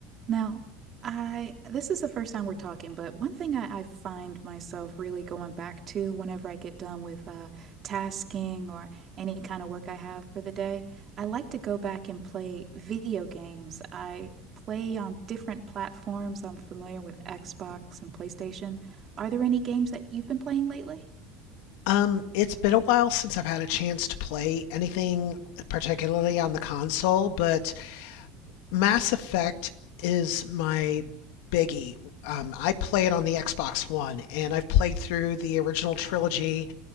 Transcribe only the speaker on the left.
Um, it's been a while since I've had a chance to play anything, particularly on the console, but Mass Effect is my biggie. Um, I play it on the Xbox One, and I've played through the original trilogy